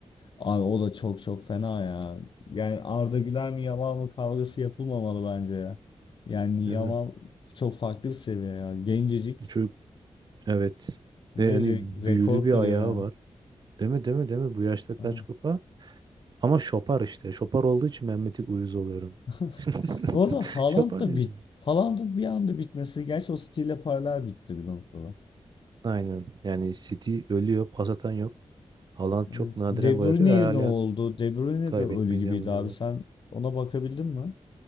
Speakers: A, on the left; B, on the right.
A: Abi o da çok çok fena ya. Yani Arda Güler mi Yamal mı kavgası yapılmamalı bence ya. Yani
B: Değil
A: Yamal
B: mi?
A: çok farklı bir seviye ya. Gencecik
B: Çocuk evet.
A: ve
B: Ve hani
A: re-
B: büyülü
A: rekor
B: bir
A: kırıyor
B: ayağı
A: yani.
B: var. Değil mi? Değil mi? Değil mi? Bu yaşta kaç
A: Ha.
B: kupa? Ama şopar işte. Şopar olduğu için ben bir tık uyuz oluyorum.
A: <laughs>
B: <laughs>
A: Bu arada Haaland
B: Şopar
A: da
B: değil.
A: bit. Haaland'ın bir anda bitmesi. Gerçi o stille paralel bitti bir noktada.
B: Aynen. Yani City ölüyor. Pas atan yok. Haaland çok
A: Evet.
B: nadiren
A: De
B: gol
A: Bruyne
B: atıyor ve
A: ne oldu?
B: hala
A: De Bruyne
B: kaybetmeye
A: de ölü gibiydi
B: devam ediyorlar.
A: abi. Sen ona bakabildin mi?